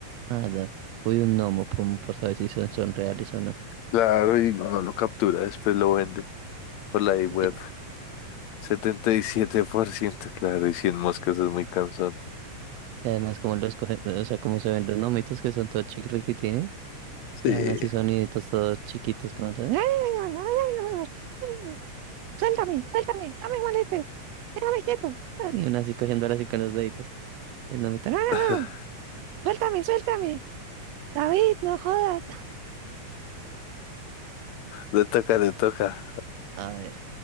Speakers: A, on the right; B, on the left.
A: Ah, da. Uy, un gnomo, por, por saber si son, son reales o no.
B: claro, y no lo captura, después lo vende por la web.
A: <laughs>
B: setenta y siete por ciento claro, y cien moscas es muy cansón.
A: Y, y además, como los cogen, o sea, como se ven los gnomitos que son todos chiquitines.
B: Sí.
A: Y ahora así soniditos todos chiquitos, como todo, <laughs> suéltame, suéltame, no me molestes, déjame quieto. Y una así cogiéndola así con los deditos. Y el nomito, no, no,
B: <laughs>
A: no, suéltame, suéltame, David, no jodas.
B: Le toca, le toca.
A: A ver,